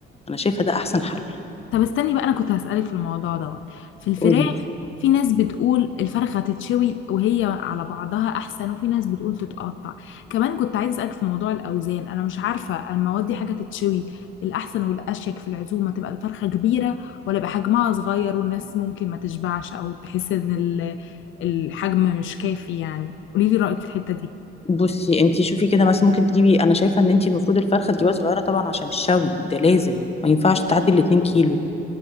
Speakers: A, on the left (about 30°); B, on the left (about 75°).
A: انا شايفه ده احسن حل
B: طب استني بقى انا كنت هسألك في الموضوع دوت في الفراخ
A: قولي
B: في ناس بتقول الفرخة تتشوي وهي على بعضها احسن وفي ناس بتقول تتقطع كمان كنت عايزة اسألك في موضوع الاوزان انا مش عارفة المواد دي حاجة تتشوي الاحسن والاشيك في العزومة تبقى الفرخة كبيرة ولا يبقى حجمها صغير والناس ممكن ما تشبعش او تحس ان ال- الحجم مش كافي يعني قولي لي رأيك في الحتة دي
A: بصي انتي شوفي كده مثلا ممكن تجيبي انا شايفه ان انتي المفروض الفرخه تجيبها صغيره طبعا عشان الشوي ده لازم ما ينفعش تعدي ال 2 كيلو